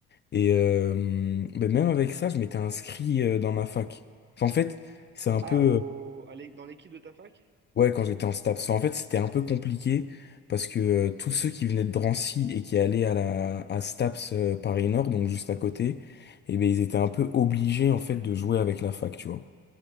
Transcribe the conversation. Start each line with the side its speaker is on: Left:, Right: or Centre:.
Left: Et euh, bah, même avec ça, je m'étais inscrit euh, dans ma fac. Enfin, en fait, c'est un
Right: Ah,
Left: peu.
Right: au, à l'é- dans l'équipe de ta fac?
Left: Ouais, quand j'étais en STAPS. En fait, c'était un peu compliqué parce que euh, tous ceux qui venaient de Drancy et qui allaient à la à STAPS euh, Paris Nord, donc juste à côté, eh ben ils étaient un peu obligés en fait de jouer avec la fac, tu vois.